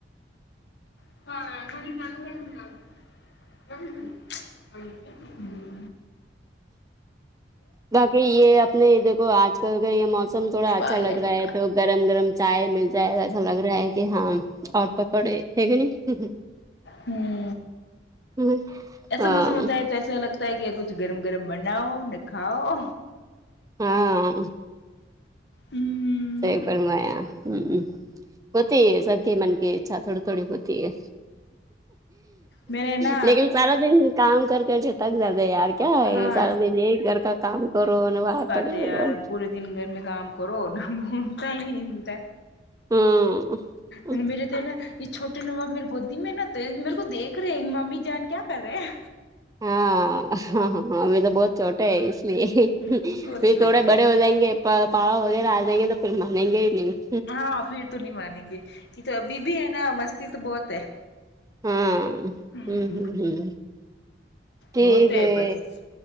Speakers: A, on the left; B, on the right.
A: ہاں تھوڑی چلو
B: باقی یے اپنے دیکھو اج کل کا یے موسم تھوڑا اچھا
A: باہر
B: لگ
A: نکال
B: رہا ہے تو گرم گرم چائے مل جائے ایسا لگ رہا ہے کہ ہاں اور پکوڑے ہے کے نہیں
A: ہمم
B: ہمم ہاں
A: موسم ہوتا ہے تو ایسا لگتا ہے کہ کچھ گرم گرم بناؤ نہ کھاؤ
B: ہاں
A: ہوں
B: صحیح فرمایا ہم ہوتی ہے سب کے من کی اچھا تھوڑی تھوڑی ہوتی ہے
A: میرے نا
B: لیکن سارا دن کام کر کر تھک جاتے یار کیا ہے
A: ہاں
B: سارا دن گھر یہی گھر کا کام کرو انو باہر پڑے
A: تے
B: ہوں
A: یار پورے دن گھر میں کام کرو ہم ٹائم ہی نہیں ملتا
B: ہاں
A: انو مرے تے نہ یے چھوٹے نواب میرے گودی میں نا تو یے میرے کو دیکھ رہے ہیں ممی جان کیا کر رہے ہیں
B: ہاں ابھی تو بہت چھوٹے ہے اس نہیں
A: ہوں بہت
B: پھر
A: چھوٹے
B: تھوڑے بڑے ہو جائیں گے پاؤ وغیرہ آجائیں گے تو پھر مانیں گے ہی نہیں
A: ہاں پھر تو نہیں مانے گے یے تو ابھی بھی ہے نا مستی تو بہت ہے
B: ہاں آمم
A: ہوں
B: ہمم ہمم ٹھیک
A: ہوتے
B: ہے
A: بس